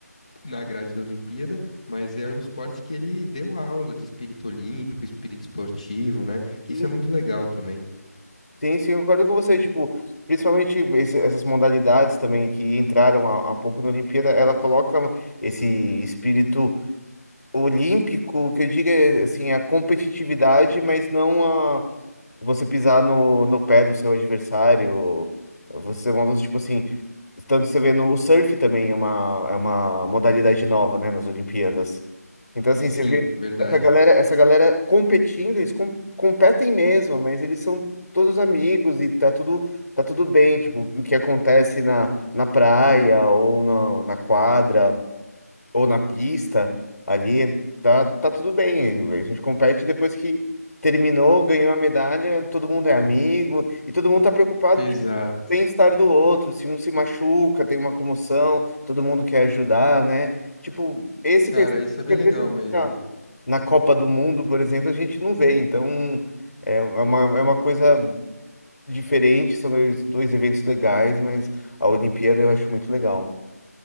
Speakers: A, on the left; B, on the left.
A: na grade da Olimpíada, mas é um esporte que ele deu aula de espírito olímpico, espírito esportivo, né? Que
B: Sim,
A: isso é muito legal também.
B: sim, sim, eu concordo com você. Tipo, principalmente esse- essas modalidades também que entraram há, há pouco na Olimpíada, ela coloca esse espírito olímpico, que eu digo, é, assim, a competitividade, mas não a você pisar no, no pé do seu adversário, você é uma tipo assim, tanto você vê no o surf também é uma, é uma modalidade nova, né, nas Olimpíadas. Então, assim,
A: Sim,
B: você vê
A: verdade.
B: essa galera, essa galera competindo, eles com- competem mesmo, mas eles são todos amigos e tá tudo, tá tudo bem, tipo, o que acontece na, na praia ou no, na quadra, ou na pista, ali tá, tá tudo bem. A gente compete depois que terminou, ganhou a medalha, todo mundo é amigo e todo mundo tá preocupado
A: Exato.
B: tipo, com o bem-estar do outro. Se um se machuca, tem uma comoção, todo mundo quer ajudar, né? Tipo, esse
A: Cara,
B: que
A: isso é bem
B: que às
A: legal
B: vezes assim,
A: mesmo.
B: na, na Copa do Mundo, por exemplo, a gente não vê. Então, é é uma, é uma coisa diferente, são dois, dois eventos legais, mas a Olimpíada eu acho muito legal.